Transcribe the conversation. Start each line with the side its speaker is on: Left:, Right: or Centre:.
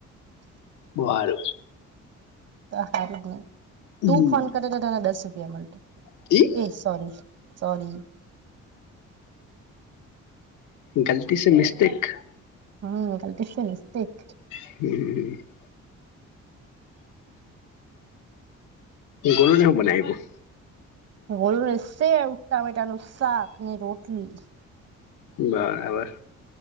Left: બો હારુ.
Right: તો હારું જ ને
Left: હમ્મ
Right: તું ફોન કરે તો તને દસ રૂપિયા મળતે
Left: <unintelligible>
Right: એ સોરી સોરી
Left: ગલતી સે મિસ્ટેક
Right: હ ગલતી સે મિસ્ટેક
Left: <unintelligible> ગોલુ ને હું બનાઈવું
Right: ગોલુ ને શેવ ટામેટા નું શાક ને રોટલી
Left: બરાબર